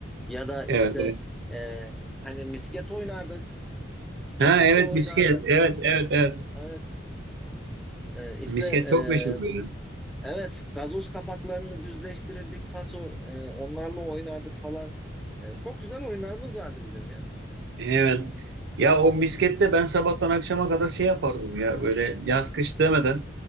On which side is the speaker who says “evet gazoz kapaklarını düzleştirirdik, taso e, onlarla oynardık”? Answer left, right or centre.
Centre